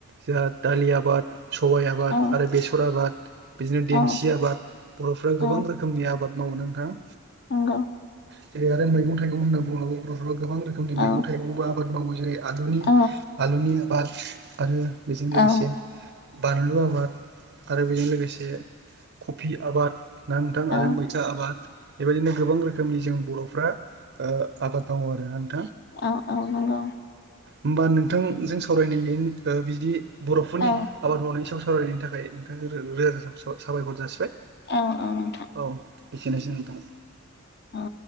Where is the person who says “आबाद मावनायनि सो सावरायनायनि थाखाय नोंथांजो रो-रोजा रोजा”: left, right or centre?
Right